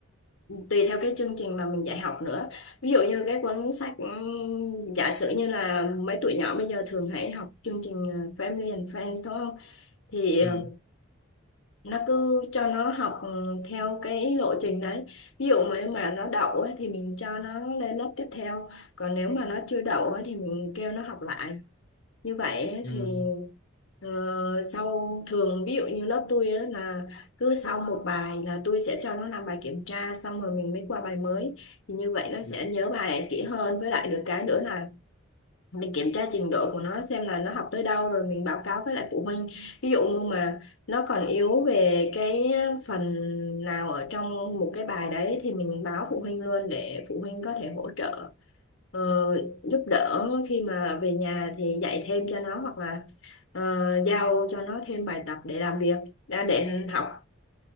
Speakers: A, on the left; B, on the left.
A: tùy theo cái chương trình mà mình dạy học nữa ví dụ như cái cuốn sách ừm, giả sử như là mấy tụi nhỏ bây giờ thường hay học chương trình ờ, Family and Friends đúng không thì
B: Ừ.
A: ờ, nó cứ cho nó học ừ, theo cái lộ trình đấy ví dụ mà mà nó đậu ấy, thì mình cho nó lên lớp tiếp theo còn nếu mà nó chưa đậu ấy, thì mình kêu nó học lại như vậy ấy,
B: Ừ.
A: thì ờ, sau thường ví dụ như lớp tôi ấy, là cứ sau một bài là tôi sẽ cho nó làm bài kiểm tra xong rồi mình mới qua bài mới thì như vậy nó sẽ
B: Ừ.
A: nhớ bài kỹ hơn với lại được cái nữa là mình kiểm tra trình độ của nó xem là nó học tới đâu rồi mình báo cáo với lại phụ huynh ví dụ như mà nó còn yếu về cái phần nào ở trong một cái bài đấy thì mình báo phụ huynh luôn để phụ huynh có thể hỗ trợ ờ, giúp đỡ khi mà về nhà thì dạy thêm cho nó hoặc là ờ, giao cho nó thêm bài tập để làm việc đã để học